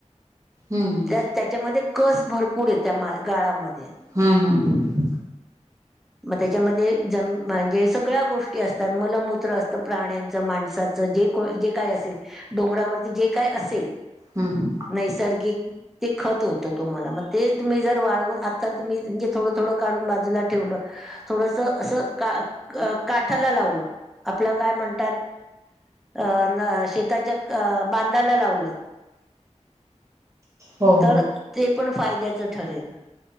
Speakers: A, on the right (about 25°); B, in the centre.
A: हम्म
B: त्या त्याच्यामध्ये कस भरपूर आहे त्या मा गाळामध्ये
A: हम्म हम्म
B: म त्याच्यामध्ये जम म्हणजे सगळ्या गोष्टी असतात मलमूत्र असतं प्राण्यांच, माणसा च जे को, जे काय असेल डोंगरावरती जे काय असेल
A: हम्म
B: नैसर्गिक ते खत होतं तुम्हाला मग ते तुम्ही जर वाळवून आत्ता तुम्ही म्हणजे थोडं थोडं काढून बाजूला ठेवलं थोडस असं का काठाला लावलं, आपलं काय म्हणतात अ न शेताच्या बांधाला लावलत
A: हो
B: तर
A: हो
B: ते पण फायद्याचं ठरेल